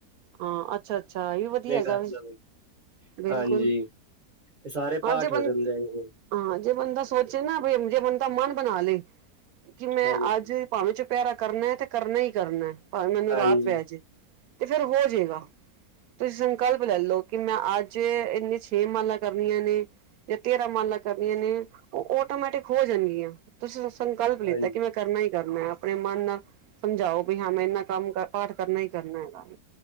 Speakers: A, on the right; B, on the right.
A: ਹਾਂ, ਅੱਛਾ-ਅੱਛਾ, ਇਹ ਵਧੀਆ ਹੈਗਾ
B: ਕਰ
A: ਵੇ
B: ਲਵੇ
A: ਬਿਲਕੁਲ।
B: ਹਾਂਜੀ ਇਹ ਸਾਰੇ
A: ਹਾਂ
B: ਪਾਠ
A: ਜੇ ਬੰ
B: ਹੋ ਜਾਂਦੇ ਆ ਇਹ
A: ਹਾਂ ਜੇ ਬੰਦਾ ਸੋਚ ਨਾ ਵੀ ਜੇ ਬੰਦਾ ਮਨ ਬਣਾ ਲੇ ਕਿ ਮੈਂ
B: ਹਾਂਜੀ
A: ਅੱਜ ਭਾਵੇਂ ਚੁ ਪਿਆਰਾ ਕਰਨਾ ਐ ਤੇ ਕਰਨਾ ਹੀ ਕਰਨਾ ਐ ਭਾਵੇਂ ਮੈਨੂੰ
B: ਹਾਂਜੀ
A: ਰਾਤ ਪੈ ਜੇ ਤੇ ਫੇਰ ਹੋ ਜੇਗਾ। ਤੁਸੀਂ ਸੰਕਲਪ ਲੈ ਲਓ ਕਿ ਮੈਂ ਅੱਜ ਇੰਨੇ ਛੇ ਮਾਲਾਂ ਕਰ ਕਰਨੀਆਂ ਨੇ ਜਾਂ ਤੇਰਹਾ ਮਾਲਾਂ ਕਰਨੀਆਂ ਨੇ ਉਹ ਆਟੋਮੈਟਿਕ ਹੋ ਜਾਣਗੀਆਂ। ਤੁਸੀਂ ਹੁਣ ਸੰਕਲਪ
B: ਹਾਂਜੀ
A: ਲਿੱਤਾ ਕਿ ਮੈਂ ਕਰਨਾ ਹੀ ਕਰਨਾ ਐ, ਆਪਣੇ ਮਨ ਨਾਲ ਸਮਝਾਓ ਵੀ ਹਾਂ ਮੈਂ ਇੰਨਾ ਕੰਮ ਪਾਠ ਕਰਨਾ ਹੀ ਕਰਨਾ ਹੈਗਾ।